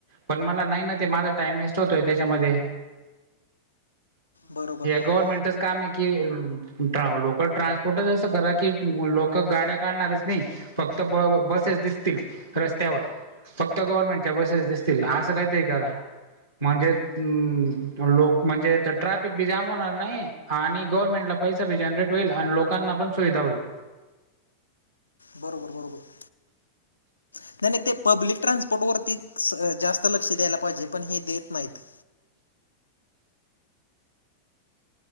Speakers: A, on the right; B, on the left.
A: पण मला नाही ना ते माझा टाइम वेस्ट होतोय. त्याच्यामध्ये
B: बरोबर बरोबर
A: गवर्मेंटच काम आहे कि लोकल ट्रान्सपोर्टच असं करा कि लोक गाड्या काढणारच नाही. फक्त ब बसेस दिसतील रस्त्यावर. फक्त गव्हर्नमेंटच्या बसेस दिसतील असं काहीतरी करा म्हणजे हम्म लोक म्हणजे ट्रॅफिक बी जाम होणार नाही. आणि गव्हर्नमेंट ला पैसा बी जनरेट होईल आणि लोकांना पण सुविधा होईल.
B: बरोबर बरोबर. नाही नाही ते पब्लिक ट्रान्सपोर्टवरती जास्त लक्ष द्यायला पाहिजे पण हे देत नाहीत.